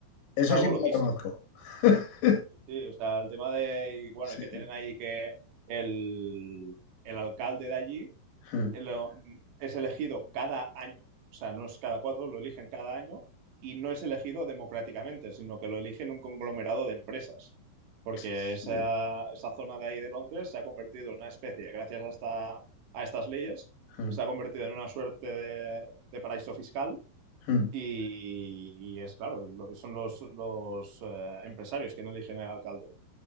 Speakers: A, on the left (about 80°); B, on the right (about 80°).
A: Eso
B: es algo
A: sí me
B: loquísimo.
A: lo conozco. <laughs>
B: Sí, sí, o sea, el tema de, y bueno,
A: Sí.
B: y que tienen ahí que el, el alcalde de allí
A: Hmm,
B: eh, lo- es elegido cada año, o sea, no es cada cuatro, lo eligen cada año y no es elegido democráticamente, sino que lo eligen un conglomerado de empresas, porque
A: Sí,
B: esa, esa zona de ahí de Londres se ha convertido en una especie, gracias a, esta- a estas leyes,
A: Hmm,
B: se ha convertido en una suerte de de paraíso fiscal
A: hmm,
B: Y, y es claro, lo- son los, los eh, empresarios quienes eligen al alcalde.